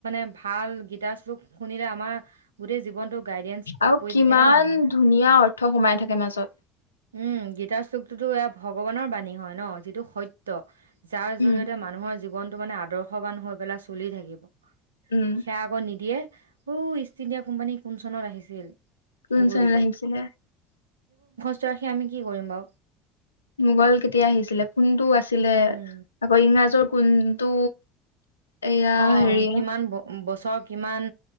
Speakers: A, on the right; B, on the left.
A: <unintelligible> ভাল গীতাৰ শ্লোক শুনিলে আমাৰ গোটেই জীৱনতোক গাইডেন্স
B: আৰু
A: পৰি
B: কিমান
A: থাকে ন মানু্হ।
B: ধুনীয়া অৰ্থ সোমাই থাকে মাজত
A: উম। গীতাৰ শ্লোক টো- টো <unintelligible> ভগৱানৰ বাণী হয় ন যিটো সত্য। যাৰ
B: উম
A: জৰিয়তে মানুহৰ জীৱন টো মানে আদৰ্শবান হৈ পেলাই চলি থাকিব।
B: উম
A: সেয়া আকৌ নিদিয়ে। অ ইষ্ট ইণ্ডিয়া কোম্পানী কোন চনত আহিছিল?
B: কোন
A: সেইবোৰ
B: চনত
A: দিব।
B: আনিছিলে?
A: <unintelligible> আমি কি কৰিম বাৰু?
B: মোগল কেতিয়া আহিছিলে, কোনটো আছিলে
A: উম,
B: আকৌ ইংৰাজৰ কোনটো এয়া
A: অ'
B: হেৰি
A: কিমান ব - বছ <unintelligible> কিমান